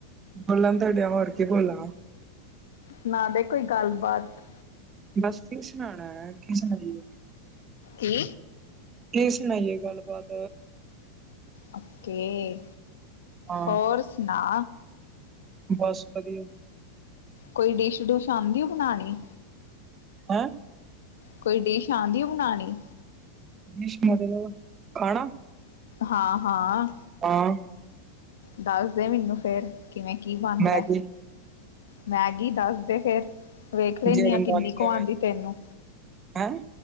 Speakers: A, on the right (about 25°); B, on the left (about 60°).
A: ਬੋਲਨ ਤਾਾਂ ਡਇਆ ਹੋਰ ਕੀ ਬੋਲਾ।
B: ਸੁਣਾ ਦੇ ਕੋਈ ਗੱਲ- ਬਾਤ।
A: ਬਸ ਕੀ ਸੁਣਾਣਾ ਐ ਕੀ ਸੁਣਾਈਏ।
B: ਕੀ?
A: ਕੀ ਸੁਣਾਈਯੇ ਗੱਲ- ਬਾਤ।
B: ਓ ਕੀ
A: ਹਾਂ
B: ਹੋਰ ਸੁਣਾ।
A: ਬਸ ਵਧੀਯਾ।
B: ਕੋਈ ਡਿਸ਼ ਡੁਸ਼ ਆਂਦੀ ਓ ਬਣਾਣੀ?
A: ਹੈਂ।
B: ਕੋਈ ਡਿਸ਼ ਆਦੀ ਓ ਬਣਾਣੀ?
A: ਡਿਸ਼ ਮੱਤਲਬ ਖਾਣਾ।
B: ਹਾਂ- ਹਾਂ।
A: ਹਾਂ।
B: ਦੱਸਦੇ ਮਿਨੂੰ ਫੇਰ ਕਿਵੇਂ ਕੀ ਬਣਦਾ,
A: ਮੈਗੀ
B: ਮੈਗੀ ਦੱਸਦੇ ਫੇਰ। ਵੇਖ ਲੇਨੀ
A: ਜਿਵੇਂ
B: ਆ ਕਿੰਨੀ
A: ਬਣ
B: ਕੁ
A: ਜਾਵੇ
B: ਆਦੀ ਤੈਨੂੰ।
A: ਹੈਂ